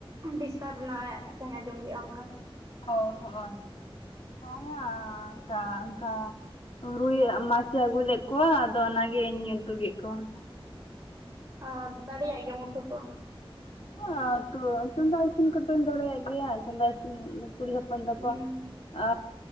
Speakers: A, on the right; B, on the left.
A: ᱰᱤᱥᱴᱟᱵᱽ ᱱᱟᱜ ᱚᱭ ᱟᱸᱡᱚᱢ ᱠᱮᱫᱟ ᱚᱱᱠᱟ ᱾
B: ᱚ ᱟᱪᱪᱷᱟ, <unintelligible> ᱨᱩᱭ ᱢᱟᱪᱷᱮ ᱟᱹᱜᱩ ᱞᱮᱫ ᱠᱚᱣᱟ ᱟᱫᱚ ᱚᱱᱟᱜᱮ ᱤᱧ ᱩᱛᱩ ᱠᱮᱫ ᱠᱚᱣᱟ ᱾
A: ᱚ ᱫᱟᱲᱮᱭᱟᱜ ᱜᱮᱭᱟᱢ ᱩᱛᱩ ᱠᱚ?
B: ᱦᱚᱸ ᱩᱛᱩ, ᱪᱚᱸᱫᱟ ᱤᱥᱤᱱ ᱠᱚᱫᱚᱧ ᱫᱟᱲᱮᱭᱟᱜ ᱜᱮᱭᱟ ᱾ᱪᱚᱸᱫᱟ ᱤᱥᱤᱱ ᱠᱩᱲᱤ ᱦᱚᱯᱚᱱ ᱫᱚᱠᱚ
A: ᱦᱩᱸ
B: ᱟᱻ